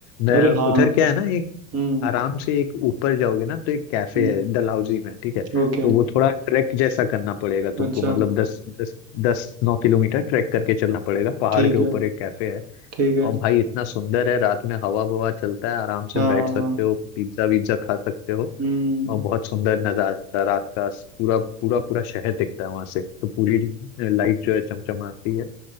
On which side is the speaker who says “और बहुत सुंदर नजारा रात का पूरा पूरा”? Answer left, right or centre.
Left